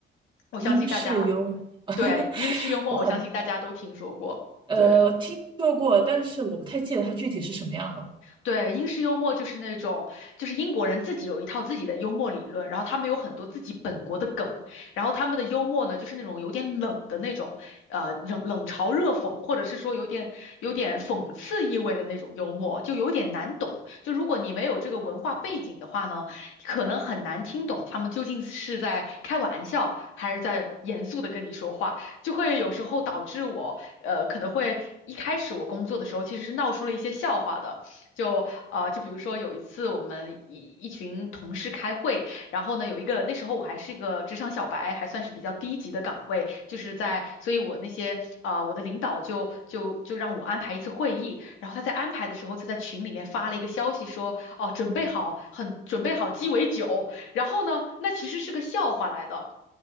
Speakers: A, on the left; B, on the right.
A: 我相信大家
B: 英式油，<laughs>
A: 对英式幽默，
B: 我好
A: 我相信大家都听说过。
B: 呃听说过，
A: 对。
B: 但是我不太记得它具体是什么样的。
A: 对，英式幽默就是那种，就是英国人自己有一套自己的幽默理论，然后他们有很多自己本国的梗，然后他们的幽默呢，就是那种有点冷的那种，呃，冷冷嘲热讽，或者是说有点有点讽刺意味的那种幽默，就有点难懂。就如果你没有这个文化背景的话呢，可能很难听懂他们究竟是在开玩笑还是在严肃的跟你说话，就会有时候导致我，呃，可能会一开始我工作的时候其实是闹出了一些笑话的。就呃，就比如说有一次我们一一群同事开会，然后呢有一个那时候我还是个职场小白，还算是比较低级的岗位，就是在，所以我那些啊、呃我的领导就就就让我安排一次会议，然后他在安排的时候就在群里面发了一个消息说，哦，准备好很准备好鸡尾酒，然后呢，那其实是个笑话来的。